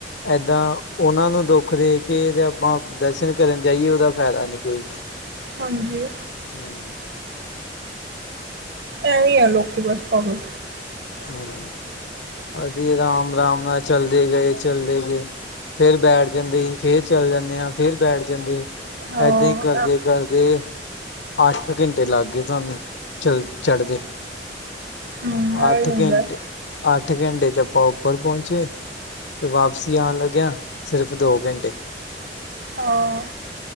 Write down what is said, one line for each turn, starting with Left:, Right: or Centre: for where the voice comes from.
Left: ਐਦਾਂ ਓਨਾਂ ਨੂੰ ਦੁੱਖ ਦੇ ਕੇ ਤੇ ਆਪਾਂ ਦਰਸ਼ਨ ਕਰਨ ਜਾਈਏ ਓਦਾ ਫੈਦਾ ਨੀ ਕੋਈ। <unintelligible>
Right: ਹਾਂਜੀ।
Left: ਹੂੰ।
Right: ਐਵੀਂ ਐ ਲੋਕੀ ਬਸ ਪਾਗਲ।
Left: ਹੂੰ। ਅਸੀ ਰਾਮ-ਰਾਮ ਨਾਲ ਚੱਲਦੇ ਗਏ, ਚੱਲਦੇ ਗੇ। ਫੇਰ ਬੈਠ ਜਾਂਦੇ ਹੀ, ਫੇਰ ਚੱਲ ਜਾਂਨੇ ਆਂ, ਫੇਰ ਬੈਠ ਜਾਂਦੇ ਹੀ।
Right: ਹਾਂ
Left: ਐਦਾਂ ਈ ਕਰਦੇ-ਕਰਦੇ
Right: ਐ
Left: ਅੱਠ ਕ ਘੰਟੇ ਲੱਗ ਗਏ ਤੁਆਨੂੰ ਚਲ ਚੜ੍ਹਦੇ।
Right: ਹੂੰ
Left: ਅ ਅੱਠ
Right: ਐਵੇਂ ਹੁੰਦਾ
Left: ਘੰਟੇ
Right: ਹਾਂ
Left: ਅੱਠ ਘੰਟੇ 'ਚ ਆਪਾਂ ਉੱਪਰ ਪਉਂਚੇ ਤੇ ਵਾਪਸੀ ਆਨ ਲੱਗਿਆਾਂ ਸਿਰਫ਼ ਦੋ ਘੰਟੇ
Right: ਹਾਂ।